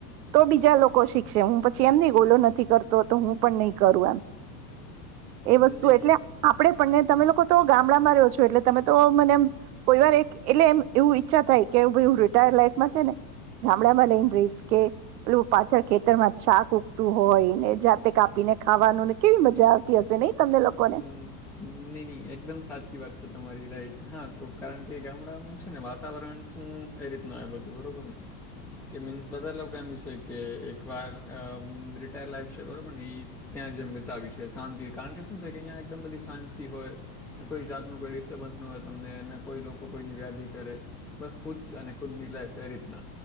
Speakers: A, on the right; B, in the centre.
A: તો બીજા લોકો શીખશે, હું પછી એમ નઈ ઓલો નથી કરતો તો હું પણ નહી કરું એમ. એ વસ્તુ
B: નહીં
A: એટલે
B: નહીં
A: આપડે પણને તમે
B: હા
A: લોકો તો ગામ ગામડામાં રહ્યો છો, એટલે તમે તો મને કોઈ વાર એક એટલે એ એવું ઈચ્છા થાય કે ભાઈ હું રિટાયર્ર લાઈફમાં છે, ને ગામડામાં લઈ ને રઈશ કે એટલે પાછળ ખેતરમાં જ શાક ઉગતું હોય ને, જાતે કાપીને ખાવાનું ને કેવી મજા આવતી હશે નહી! તમને લોકોને
B: હમ્મ, ની ની એકદમ સાચી વાત છે તમારી રાઈટ. હા તો કારણ કે ગામડાઓનું છે ને વાતાવરણ શું એ રીતના હોય બધું બરોબર ને કે મીન્સ બધા લોકો એમ ઈચ્છે કે એક વાર રિટાયર લાઈફ છે, બરોબર ને એ ત્યાં જેમ વિતાવી છે શાંતિ કારણ કે શુ છે કે અહીંયા એકદમ બધી શાંતિ હોય ને કોઈ જાતનું કોઈ ડિસ્ટર્બન્સ ન હોય તમનેને કોઈ લોકો કોઈની વ્યાધિ કરે બસ ખુદ અને ખુદ ની લાઈફ એ રીતના